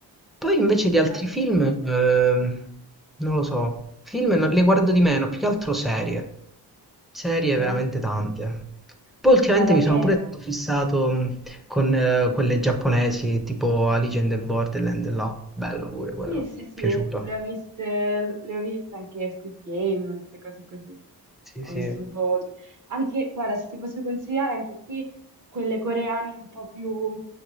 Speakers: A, in the centre; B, on the right (about 50°).
A: Poi invece di altri
B: Eh,
A: film, ehm, non lo so, film non- le guardo di meno, più che altro serie. Serie
B: Sì,
A: veramente
B: eh.
A: tante. Poi ultimamente
B: Guarda,
A: mi
B: a me.
A: sono pure stato fissato mh, con eh, quelle giapponesi, tipo Alice in the Borderland, là. Bello pure quello,
B: Sì, sì, sì,
A: piaciuto.
B: le ho viste, le ho viste anche Squid Game, tutte cose così.
A: Sì,
B: Ho
A: sì,
B: visto un po'. tu- Anche, guarda, se ti posso consigliare, anche qui quelle coreane un po' più